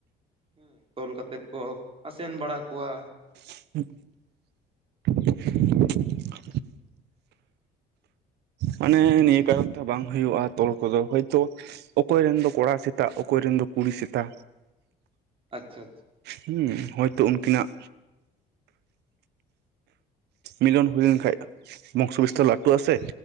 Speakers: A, on the right; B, on the right.
A: ᱦᱮᱸ ᱛᱚᱞ ᱠᱟᱛᱮᱜ ᱠᱚ ᱟᱥᱮᱱ ᱵᱟᱲᱟ ᱠᱚᱣᱟ᱾
B: <inaudible> ᱢᱟᱱᱮ ᱱᱤᱭᱟᱹ ᱠᱟᱨᱚᱱ ᱛᱮ ᱵᱟᱝ ᱦᱩᱭᱩᱜᱼᱟ ᱛᱚᱞ ᱠᱚᱫᱚ ᱦᱚᱭᱛᱚ ᱚᱠᱚᱭ ᱨᱮᱱ ᱫᱚ ᱠᱚᱲᱟ ᱥᱮᱛᱟ ᱚᱠᱚᱭ ᱨᱮᱱ ᱫᱚ ᱠᱩᱲᱤ ᱥᱮᱛᱟ᱾
A: ᱟᱪᱪᱷᱟ ᱟᱪᱪᱷᱟ
B: ᱦᱩᱸ ᱦᱚᱭᱛᱚ ᱩᱱᱠᱤᱱᱟᱜ ᱢᱤᱞᱚᱱ ᱦᱩᱭ ᱞᱮᱱᱠᱟᱡ ᱵᱚᱝᱥᱚ ᱵᱤᱥᱛᱟᱨ ᱞᱟᱹᱴᱩᱜᱼᱟ ᱥᱮ᱾